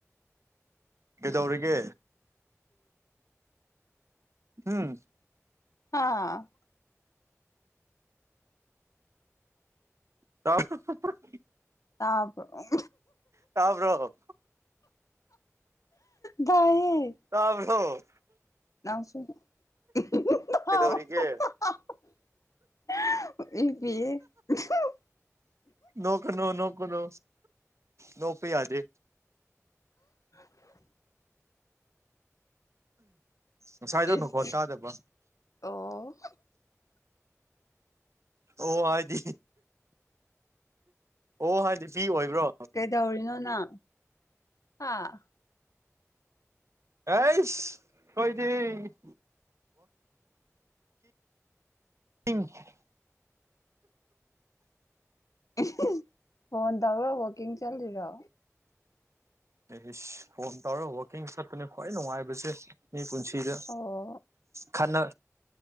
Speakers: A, on the right; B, on the left.
A: ꯀꯩꯗꯧꯔꯤꯒꯦ ꯍꯨꯝ
B: ꯍꯥꯥ
A: ꯇ <unintelligible>
B: ꯇꯥꯕ꯭ꯔꫭ
A: ꯇꯥꯕ꯭ꯔꯣ
B: <inaudible> ꯇꯥꯏꯌ‌ꯦ
A: ꯇꯥꯕ꯭ꯔꯣ
B: ꯅꯪꯁꯨ <unintelligible>
A: ꯀꯩꯗꯧꯔꯤꯒꯦ
B: ꯍꯤꯞꯄꯤꯌ‌ꯦ <unintelligible>
A: ꯅꯣꯛꯀꯅꯣ ꯅꯣꯛꯀꯅꯣ ꯅꫭꯛꯄ ꯌꯥꯗꯦ
B: ꯎ <inaudible>
A: ꯉꯁꯥꯏꯗꯣ
B: ꯏꯁ
A: ꯅꯥꯈꯣꯟ ꯇꯥꯗꯕ
B: ꯑꯣ
A: ꯑꯣ ꯍꯥꯏꯗꯤ ꯑꯣ ꯍꯥꯏꯗꯤ ꯄꯤ ꯑꯣꯏꯕ꯭ꯔꯣ
B: ꯀꯩꯇꯧꯔꯤꯅꯣ ꯅꯪ ꯍꯥ
A: ꯑꯦꯁ ꯑꯈꫭꯏꯗꯤ ꯎ <unintelligible>
B: <unintelligible> ꯐꯣꯟ ꯇꯧꯔꯣ ꯋꯥꯛꯀꯤꯡ ꯆꯠꯂꯤꯔꯣ
A: ꯏꯁ ꯐꫭꯟ ꯇꯧꯔꯒ ꯋꯥꯛꯀꯤꯡ ꯆꯠꯄꯅꯦ ꯈ꯭ꯋꯥꯏ ꯅꯨꯡꯉꯥꯏꯕꯁꯦ ꯃꯤ ꯄꯨꯟꯁꯤ ꯁꯤꯗ
B: ꯑꯣ
A: ꯈꯟꯅꯥ